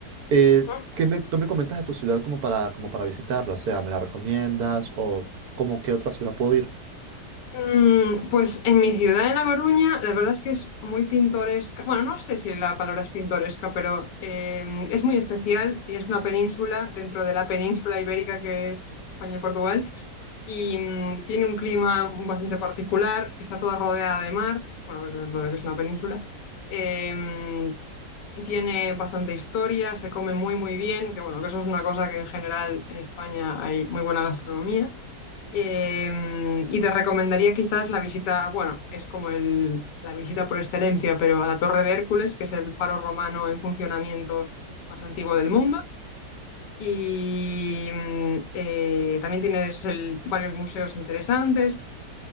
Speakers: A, on the right; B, on the left.
A: Eh,
B: ujú.
A: ¿qué me, tú me comentas de tu ciudad como para, como para visitarla? O sea, ¿me la recomiendas o como qué otra ciudad puedo ir?
B: Mm, pues en mi ciudad, en La Coruña, la verdad es que es muy pintoresca. Bueno, no sé si la palabra es pintoresca, pero eh, es muy especial. Tienes una península dentro de la península ibérica que es España y Portugal. y mm, tiene un clima bastante particular, está toda rodeada de mar, bueno, eso es lo de que es una península, eh, tiene bastante historia, se come muy muy bien, que bueno, que eso es una cosa que en general en España hay muy buena gastronomía, Eh, y te recomendaría quizás la visita, bueno, es como el, la visita por excelencia, pero a la Torre de Hércules, que es el faro romano en funcionamiento más antiguo del mundo y mm, eh, también tienes el- varios museos interesantes